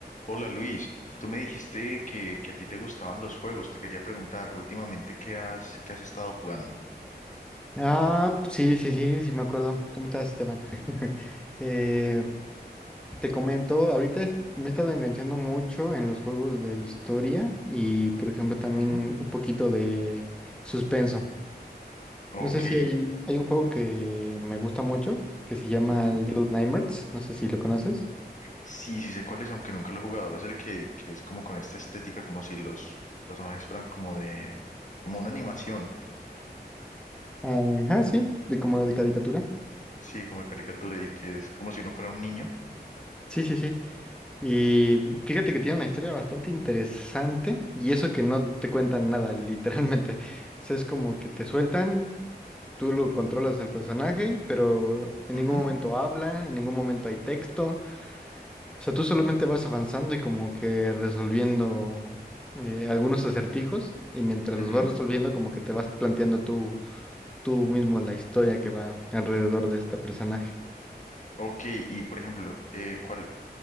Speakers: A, on the left (about 45°); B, in the centre.
A: Hola Luis, tú me dijiste que, que a ti te gustaban los juegos. Te quería preguntar últimamente qué has, qué has estado jugando.
B: Ah, sí, sí, sí, sí me acuerdo. ¿Cómo estás, Esteban? <laughs> Eh, te comento, ahorita es- me he estado enganchando mucho en los juegos de historia y, por ejemplo, también
A: Ujú,
B: un poquito de suspenso.
A: Ok.
B: No sé si hay, hay un juego que me gusta mucho que se llama
A: ujú.
B: Little Nightmares. No sé si lo conoces.
A: Sí, sí sé cuál es, aunque nunca lo he jugado. Es el que, que es como con esta estética, como si los personajes fueran como de, como una animación,
B: Ajá, sí, de como de caricatura.
A: sí, como de caricatura y que es como si uno fuera un niño.
B: Sí, sí, sí. Y fíjate que tiene una historia bastante interesante y eso que no te cuentan nada, <laughs> literalmente. O sea, es como que te sueltan, tú lo controlas al personaje, pero en
A: Ujú,
B: ningún momento habla, en ningún momento hay texto. O sea, tú solamente vas avanzando y como que resolviendo eh, algunos acertijos y mientras
A: ujú.
B: los vas resolviendo como que te vas planteando tú, tú mismo la historia que va alrededor de este personaje.
A: Ok, y por ejemplo, eh, ¿cuál